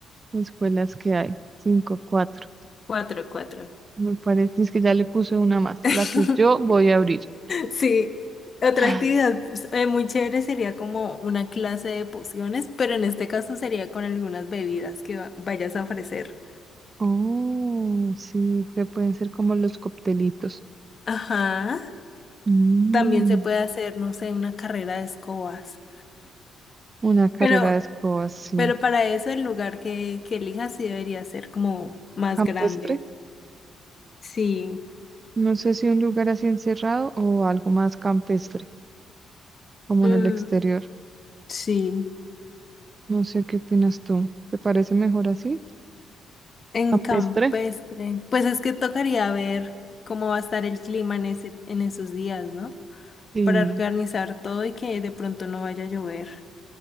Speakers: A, on the right (about 35°); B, on the left (about 40°).
A: escuelas que hay. Cinco, cuatro.
B: cuatro, cuatro.
A: Me parece es que ya le puse una más,
B: <laughs>
A: la que yo voy a abrir.
B: Sí, otra
A: <gasps> Ah.
B: actividad pues, eh, muy chévere sería como una clase de pociones, pero en este caso sería con algunas bebidas que va- vayas a ofrecer.
A: Oh, sí, que pueden ser como los coctelitos.
B: Ajá,
A: Mm,
B: también se puede hacer, no sé, una carrera de escobas,
A: una carrera
B: pero,
A: de escobas, sí.
B: pero para eso el lugar que, que elijas sí debería ser como más
A: Campestre.
B: grande. Sí,
A: No sé si un lugar así encerrado o algo más campestre, como
B: mm,
A: en el exterior.
B: sí,
A: No sé qué opinas tú. ¿Te parece mejor así?
B: en
A: Campestre.
B: campestre. Pues es que tocaría ver cómo va a estar el clima en ese, en esos días, ¿no?
A: Sí,
B: para organizar todo y que de pronto no vaya a llover.